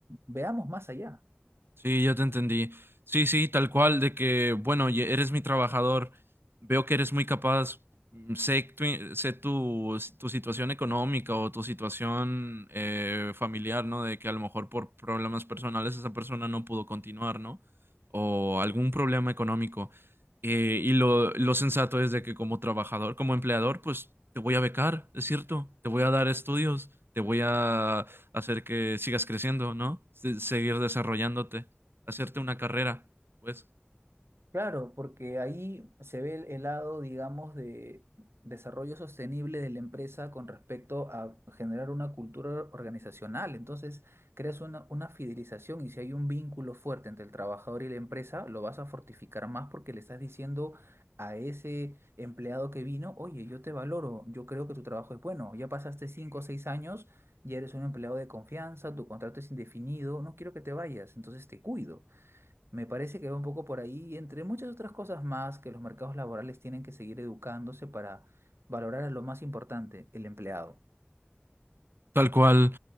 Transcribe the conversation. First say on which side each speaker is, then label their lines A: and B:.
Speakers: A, on the right (about 85°); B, on the right (about 65°).
A: veamos más allá.
B: Sí, ya te entendí. Sí, sí, tal cual, de que, bueno, ye- eres mi trabajador, veo que eres muy capaz, mm, sé, tu, sé tu, tu situación económica o tu situación eh, familiar, ¿no? De que a lo mejor por problemas personales esa persona no pudo continuar, ¿no? O algún problema económico. Eh, y lo, lo sensato es de que como trabajador, como empleador, pues te voy a becar, es cierto, te voy a dar estudios, te voy a hacer que sigas creciendo, ¿no? Se- seguir desarrollándote, hacerte una carrera, pues,
A: Claro, porque ahí se ve el, el lado, digamos, de desarrollo sostenible de la empresa con respecto a generar una cultura organizacional. Entonces, creas una, una fidelización y si hay un vínculo fuerte entre el trabajador y la empresa, lo vas a fortificar más porque le estás diciendo a ese empleado que vino, oye, yo te valoro, yo creo que tu trabajo es bueno, ya pasaste cinco o seis años, ya eres un empleado de confianza, tu contrato es indefinido, no quiero que te vayas, entonces te cuido. Me parece que va un poco por ahí, y entre muchas otras cosas más, que los mercados laborales tienen que seguir educándose para valorar a lo más importante, el empleado.
B: tal cual.